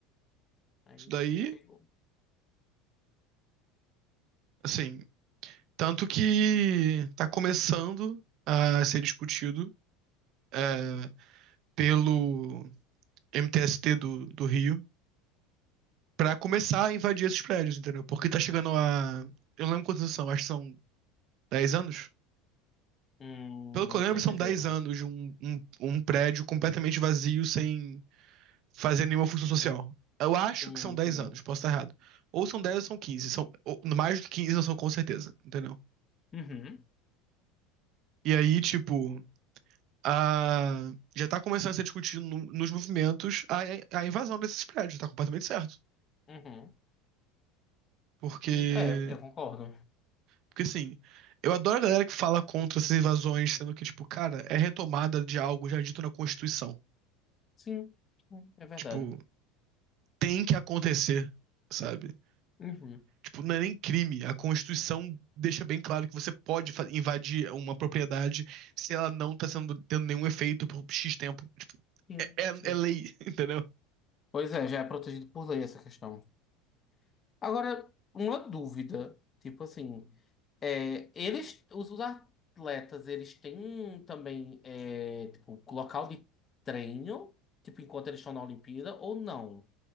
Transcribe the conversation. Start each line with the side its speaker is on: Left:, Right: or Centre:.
Left: Aí
Right: Isso daí,
Left: você me pegou.
Right: assim, tanto que tá começando a ser discutido é,
Left: Uhum.
Right: pelo MTST do, do Rio pra começar a invadir esses prédios, entendeu? Porque tá chegando a. Eu não lembro quantos anos são, acho que são dez anos
Left: Hum,
Right: Pelo que
Left: não
Right: eu lembro,
Left: tenho
Right: são
Left: certeza,
Right: 10 anos
Left: né?
Right: de um, um, um prédio completamente vazio, sem fazer nenhuma função social. Eu acho
Left: Hum,
Right: que são
Left: entendi.
Right: 10 anos, posso estar errado. Ou são 10 ou são 15? São, ou- mais do que 15 eu sou com certeza, entendeu?
Left: Uhum.
Right: E aí, tipo, a, já tá começando a ser discutido no- nos movimentos a, a invasão desses prédios, tá completamente certo.
Left: Uhum.
Right: Porque,
Left: É, eu concordo.
Right: porque assim, eu adoro a galera que fala contra essas invasões, sendo que, tipo, cara, é retomada de algo já dito na Constituição.
Left: Sim, sim, é verdade.
Right: Tipo, tem que acontecer, sabe?
Left: Uhum.
Right: Tipo, não é nem crime. A Constituição deixa bem claro que você pode fa- invadir uma propriedade se ela não tá sendo, tendo nenhum efeito por X tempo.
Left: Sim,
Right: É, é-
Left: sim.
Right: é lei, <laughs> entendeu?
Left: Pois é, já é protegido por lei essa questão. Agora, uma dúvida, tipo assim, é, eles, os, os atletas, eles têm também, é, tipo, local de treino, tipo, enquanto eles estão na Olimpíada, ou não?